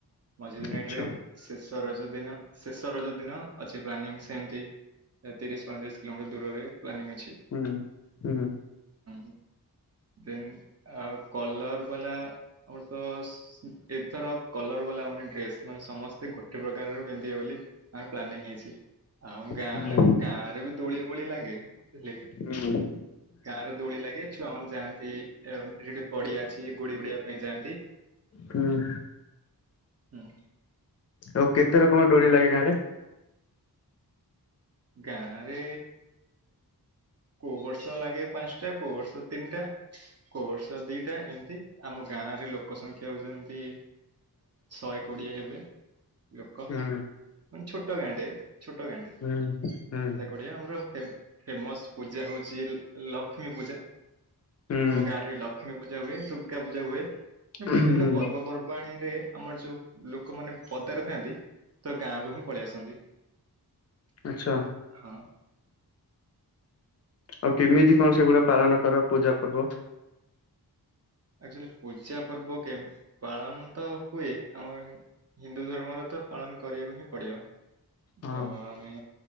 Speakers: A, on the right; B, on the left.
A: ମଝି ଦିନ
B: ଆଚ୍ଛା।
A: ଏଇଠି ରହିବୁ ଶେଷ ରଜ ଦିନ ଶେଷ ରଜ ଦିନ ଅଛି ପ୍ଲାନିଂ ସେମିତି ତିରିଶ ପଇଁତିରିଶି କିଲୋଟର ଦୂରରେ ପ୍ଲାନିଂ ଅଛି
B: ହୁଁ। ହୁଁ
A: ହଁ। ଦେନ୍ କଲର ବାଲା ଆମର ତ ଏଥର କଲର ବାଲା ମାନେ ଡ୍ରେସ୍ ମାନେ ସମସ୍ତେ ଗୋଟେ ପ୍ରକାରର ପିନ୍ଧିବେ ବୋଲି ଆମର ପ୍ଲାନିଂ ହେଇଛି। ଆମ୍ ଗାଁ
B: ହୁଁ
A: ଗାଁ ରେ ବି ଦୋଳି ଫୋଳି ଲାଗେ ହେ
B: ହୁଁ
A: ଗାଁ ରେ ଦୋଳି ଲାଗେ ଛୁଆ ମାନେ ଯାଆନ୍ତି ସେଠି ପଡିଆ ଅଛି ଗୋଡି ଉଡିବା ପାଇଁ ଯାଆନ୍ତି।
B: ହୁଁ
A: ହୁଁ
B: ଆଉ କେତେ ରକମ ଦୋଳି
A: ଆଜ୍ଞା
B: ଲାଗେ ଗାଁ ରେ?
A: ଗାଁରେ କୋଉ ବର୍ଷ ଲାଗେ ପାଞ୍ଚଟା କୋଉ ବର୍ଷ ତିନିଟା କୋଉ ବର୍ଷ ଦିଟା ଏମିତି ଆମ ଗାଁରେ ଲୋକ ସଂଖ୍ୟା ହଉଛନ୍ତି ଶହେ କୋଡିଏ ହେବେ। ଲୋକ
B: ହୁଁ
A: ମାନେ ଛୋଟୋ ଗାଁଟେ ଛୋଟୋ ଗାଁଟେ।
B: ହୁଁ ହୁଁ
A: ସେକୁଡିଆ ଆମର ଫେମସ। ପୂଜା ହଉଛି ଲକ୍ଷ୍ମୀ ପୂଜା।
B: ହୁଁ
A: ଆମ ଗାଁଠି ଲ ଲକ୍ଷ୍ମୀ ପୂଜା ହୁଏ ଦୁର୍ଗା ପୂଜା ହୁଏ।
B: ହୁଁ
A: ବିଭିନ୍ନ ପର୍ବପର୍ବାଣୀରେ ଆମର ଯୋଉ ଲୋକମାନେ ପଦାରେ ଥାଆନ୍ତି। ତ ଗାଁକୁ ହିଁ ପଳି ଆସନ୍ତି।
B: ଆଛା
A: ହଁ
B: ଆଉ କେମିତି କଣ ସେଗୁଡା ପାଳନ କର? ପୂଜା ପର୍ବ।
A: ଆଚୁଆଲି ପୂଜା ପର୍ବ କେ ପାଳନ ତ ହୁଏ ଆମର ହିନ୍ଦୁ ଧର୍ମରେ ତ ପାଳନ କରିବାକୁ ହିଁ ପଡିବ।
B: ହଁ
A: ତ ଆମେ